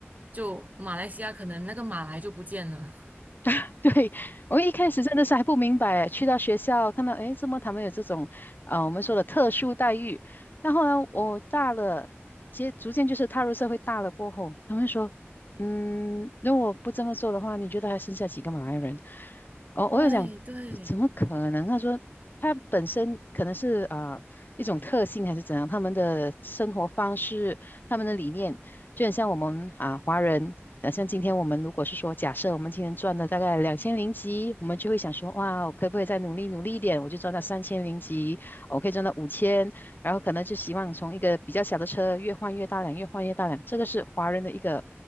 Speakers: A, on the right; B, on the left.
A: 就马来西亚可能那个马来就不见了。
B: <laughs> 对，我一开始真的是还不明白，去到学校看到，诶，怎么他们有这种，啊，我们说的特殊待遇？然后呢，我大了，接逐渐就是踏入社会大了过后，他们说，嗯，如果不这么做的话，你觉得还剩下几个马来人？哦，我有讲，
A: <laughs> 对对
B: 怎么可能？他说他本身可能是啊、呃一种特性还是怎样，他们的生活方式、他们的理念，就很像我们啊华人。啊，像今天我们如果是说，假设我们今天赚了大概两千零几，我们就会想说，哇，我可不可以再努力努力一点，我就赚到三千零几，我可以赚到五千，然后可能就希望从一个比较小的车越换越大辆，越换越大辆，这个是华人的一个